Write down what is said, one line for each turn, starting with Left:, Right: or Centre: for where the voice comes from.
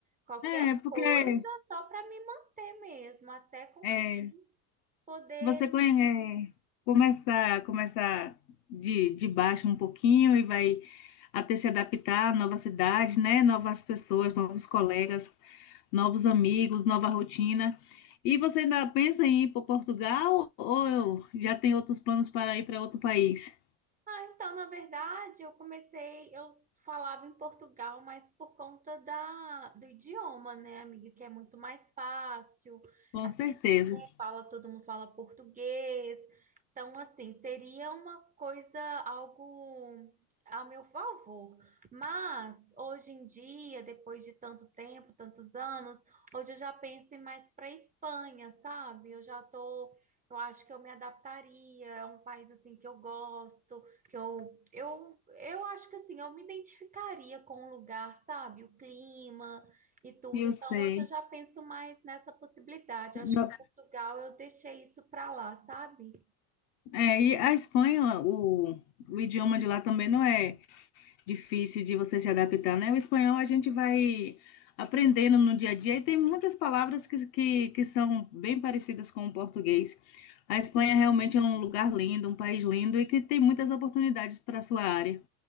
Right: Qualquer
Left: É, porque.
Right: coisa só para me manter mesmo, até conseguir
Left: é.
Right: poder.
Left: Você conhe- é, começa, começa de, de baixo um pouquinho e vai até se adaptar à nova cidade, né? Novas pessoas, novos colegas, novos amigos, nova rotina. E você ainda pensa em ir para Portugal ou já tem outros planos para ir para outro país?
Right: Ah, então, na verdade, eu comecei, eu falava em Portugal, mas por conta da, do idioma, né, amiga, que é muito mais fácil.
Left: Com
Right: A
Left: certeza,
Right: gente né, fala, todo mundo fala português. Então, assim, seria uma coisa, algo a meu favor. Mas, hoje em dia, depois de tanto tempo, tantos anos, hoje eu já penso em mais para Espanha, sabe? Eu já tô, eu acho que eu me adaptaria, é um país, assim, que eu gosto que eu, eu, eu acho que assim, eu me identificaria com o lugar, sabe? O clima e tudo.
Left: eu
Right: Então,
Left: sei.
Right: hoje eu já penso mais nessa possibilidade.
Left: Na-
Right: Acho que Portugal eu deixei isso para lá, sabe?
Left: é, e a Espanha, o, o idioma de lá também não é. difícil de você se adaptar, né? O espanhol a gente vai aprendendo no dia a dia e tem muitas palavras que, que, que são bem parecidas com o português. A Espanha realmente é um lugar lindo, um país lindo e que tem muitas oportunidades para a sua área.